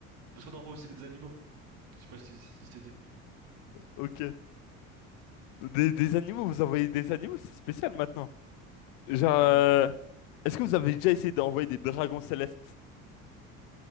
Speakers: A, on the right; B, on the left.
A: Parce qu'on envoie aussi des animaux. Je sais pas si, si je t'ai dit.
B: ok. Des, des animaux, vous envoyez des animaux, c'est spécial maintenant. Genre, euh,
A: Ouais.
B: est-ce que vous avez déjà essayé d'envoyer des dragons célestes?